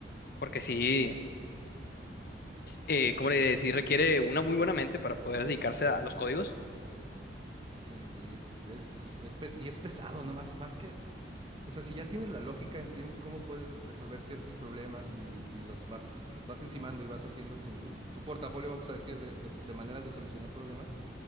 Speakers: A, on the left; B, on the right.
A: porque sí, eh, ¿cómo le diré? Sí requiere una muy buena mente para poder dedicarse a, los códigos.
B: <laughs> sí, sí, es, es, es pes- y es pesado, ¿no? Más, más que O sea, si ya tienes la lógica, entiendes cómo puedes resolver ciertos problemas y, y los vas, los vas encimando y vas haciendo tu, tu portafolio, vamos a decir, de, de- de maneras de solucionar problemas.